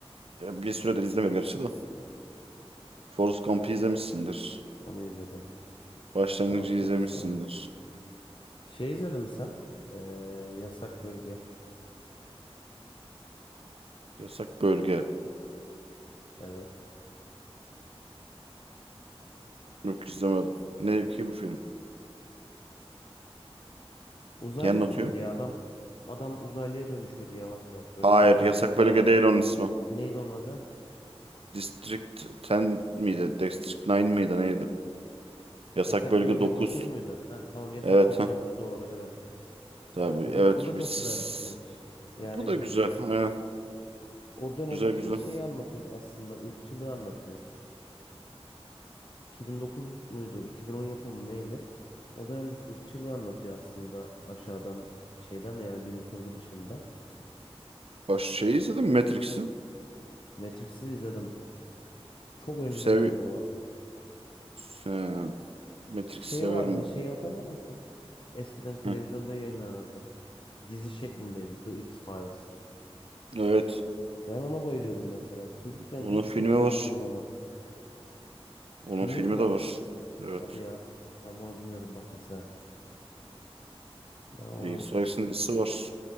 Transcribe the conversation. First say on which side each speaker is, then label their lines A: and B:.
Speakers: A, on the right; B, on the left.
A: ya bir süredir izlemiyorum gerçi de. Forrest Gump'ı izlemişsindir.
B: Onu izledim.
A: Başlangıcı
B: Run Forrest
A: izlemişsindir.
B: Run. Şey izledin mi sen? Ee, Yasak Bölge.
A: Yasak Bölge.
B: Evet.
A: Yok izlemedim. Ne ki bu film?
B: Uzaylı
A: Yer
B: filmi
A: atıyor.
B: diye adam adam uzaylıya dönüşüyordu yavaş yavaş. Böyle
A: Hayır,
B: bir uzay
A: Yasak
B: gemisi
A: Bölge
B: vardı.
A: değil onun ismi.
B: Neydi onun adı?
A: District 10 miydi? District 9 miydi? Neydi? Yasak
B: Yasak
A: bölge
B: Bölge
A: 9.
B: dokuz muydu? Heh, tamam Yasak
A: Evet
B: Bölge
A: ha.
B: dokuz doğru evet.
A: Tamam.
B: Evet
A: Evet.
B: bu da bu da
A: Biz...
B: çok güzel bir film. Yani
A: Bu da güzel. Aynen.
B: o dönemki
A: Güzel güzel.
B: şeyi anlatıyordu aslında ırkçılığı anlatıyor. 2009 muydu? 2010 yapımı mı, neydi? O dönemdeki ırkçılığı anlatıyor aslında aşağıdan şeyden yani bilim kurgu dışında.
A: Baş şey izledim mi Matrix'i.
B: Matrix'i izledim. Çok önceden
A: Sev...
B: izledim ama.
A: Se- Matrix'i
B: Şey
A: severim
B: vardı,
A: bak.
B: şeyi hatırlar mısın? Eskiden televizyonda
A: Hı.
B: yayınlanırdı. Dizi şeklindeydi The X-Files.
A: Evet.
B: Ben ona bayılıyordum mesela. Çocukken
A: Onun
B: hiç
A: filmi
B: kaçırmazdım
A: var.
B: onu.
A: Onun
B: Filmi
A: filmi
B: mi var?
A: de var. Evet.
B: Hadi ya. Ben onu bilmiyordum bak mesela. Ben onu
A: X Files'in dizisi var.